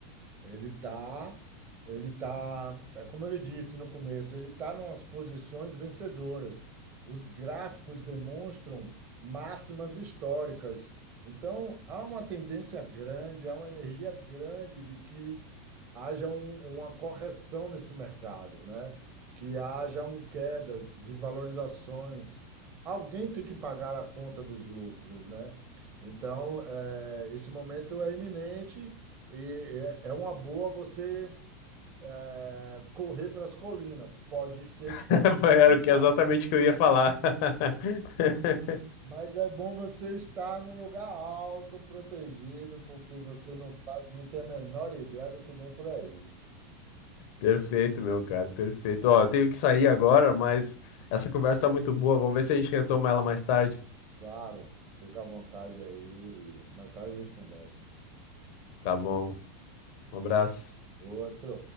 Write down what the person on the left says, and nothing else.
<laughs>
Era o que-
exatamente o que eu ia falar. <laughs>
Perfeito, meu cara, perfeito. Ó, eu tenho que sair agora, mas essa conversa tá muito boa. Vamos ver se a gente retoma ela mais tarde.
Tá bom. Um abraço.